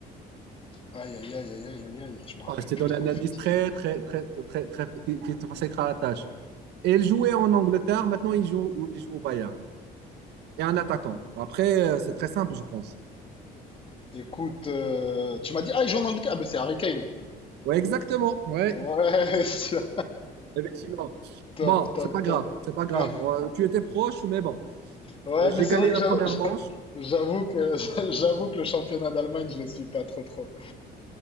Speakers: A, on the left; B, on the right.
A: Aïe, aïe, aïe, aïe, aïe, aïe, aïe, je me rappelle
B: Ah, je t'ai
A: plus
B: donné
A: trop
B: un
A: de l'effectif.
B: indice très, très, très, très, très, qui, qui te facilitera la tâche. Et il jouait en Angleterre. Maintenant, il joue, il joue au Bayern. Et un attaquant. Après, euh, c'est très simple, je pense.
A: Écoute, euh, tu m'as dit, ah, il joue en Angleterre. Ah, ben c'est Harry Kane.
B: Oui, exactement. Oui,
A: Ouais, <laughs> sûr.
B: effectivement.
A: Top,
B: Bon,
A: top,
B: c'est pas grave,
A: top.
B: c'est pas grave.
A: <laughs>
B: Euh, Tu étais proche, mais bon,
A: Ouais,
B: j'ai
A: mais c'est
B: gagné
A: vrai que
B: la
A: j'avoue
B: première manche.
A: j'avoue que <laughs> j'avoue que le championnat d'Allemagne, je ne le suis pas trop trop.